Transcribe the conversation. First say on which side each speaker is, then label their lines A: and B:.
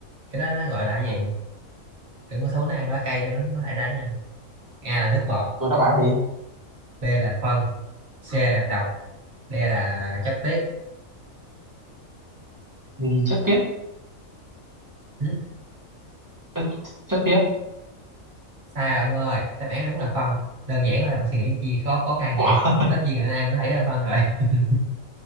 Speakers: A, on the right; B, on the right.
A: cái đó nó gọi là cái gì
B: Ừ.
A: cái con sao bướm nó ăn lá cây cho nó, nó thải ra nha. A là nước bọt
B: Tôi đáp án đi.
A: B là phân C là độc D là chất tiết
B: Vì chất tiết.
A: ừ,
B: Ê, Chất tiết.
A: sai rồi ông ơi đáp án đúng là phân đơn giản thôi ông suy nghĩ chi khó khó khăn
B: Ủa?
A: vậy
B: <laughs>
A: tất nhiên là ăn có thể là phân rồi <laughs>